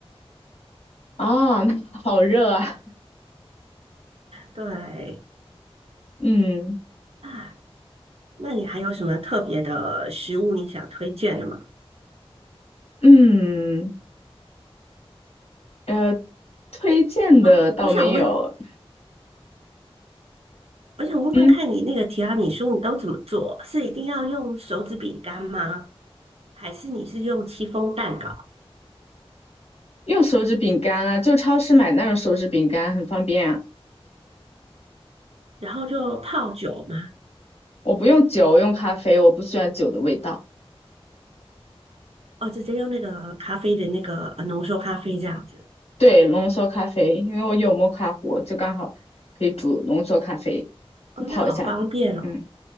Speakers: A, on the left; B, on the right.
A: 啊、那好热啊，
B: 对。
A: 嗯
B: 啊，那你还有什么特别的食物你想推荐的吗？
A: 嗯呃推荐的倒没有，
B: 哦，我想问，我想问问看你那个提拉米苏你都怎么做？
A: 嗯
B: 是一定要用手指饼干吗？还是你是用戚风蛋糕，
A: 用手指饼干啊，就超市买那种手指饼干很方便啊，
B: 然后就泡酒吗？
A: 我不用酒，我用咖啡，我不喜欢酒的味道，
B: 哦，直接用那个咖啡的那个呃浓缩咖啡这样子。
A: 对浓缩咖啡，因为我有摩卡壶，就刚好可以煮浓缩咖啡，就泡一下，
B: 哦，那好方便哦。
A: 嗯。